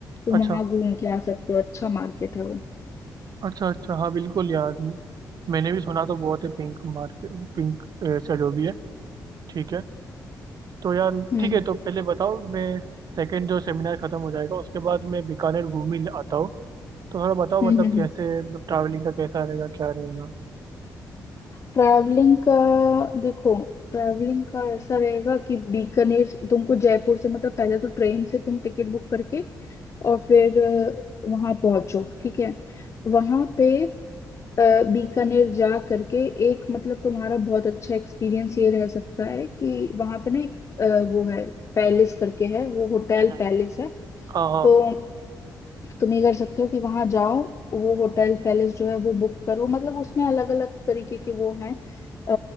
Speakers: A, on the left; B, on the right.
A: तुम
B: अच्छा
A: वहां घूम के आ सकते हो अच्छा मार्केट है वो
B: अच्छा अच्छा हाँ बिल्कुल यार मैं- मैंने भी सुना तो बहुत है पिंक मार्केट पिंक ऐसा जो भी है ठीक है तो यार
A: हम्म
B: ठीक है तो पहले बताओ मैं सेकंड जो सेमिनार खत्म हो जाएगा उसके बाद मैं बीकानेर घूम ही आता हूँ तो थोड़ा बताओ
A: हम्म
B: मतलब
A: हम्म
B: कैसे मतलब ट्रैवलिंग का कैसा रहेगा क्या रहेगा
A: ट्रैवलिंग का देखो ट्रैवलिंग का ऐसा रहेगा कि बीकानेर तुमको जयपुर से मतलब पहले तो ट्रेन से तुम टिकट बुक करके और फिर वहां पहुंचो ठीक है वहां पे अ, बीकानेर जा करके एक मतलब तुम्हारा बहुत अच्छा एक्सपीरियंस ये रह सकता है कि वहां पे ना एक अ, वो है पैलेस करके है वो होटल
B: हम्म।
A: पैलेस है
B: हाँ हाँ
A: तो तो तुम ये कर सकते हो कि वहां जाओ वो होटल पैलेस जो है वो बुक करो मतलब उसमें अलग अलग तरीके के वो हैं अ,